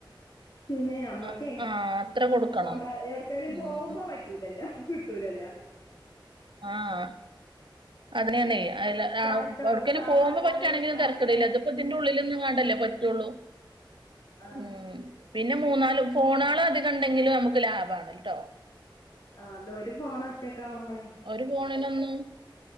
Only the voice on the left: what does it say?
പിന്നെ അമ്മക്കേ
കൊണ്ട എവിടക്കാലും
പോകുമ്പോ പറ്റ ട്ടലല്ല ഫട്ടൂലല്ല
പിന്നെ
എന്തിനേലും വിളിക്കാനൊക്കെ
സാധാ
കോളില്
വിളിക്കാനൊക്കെ
ആഹ്
ആ്തോര് പോകണ ഒറ്റൊക്കെ ആവുമ്പോളേ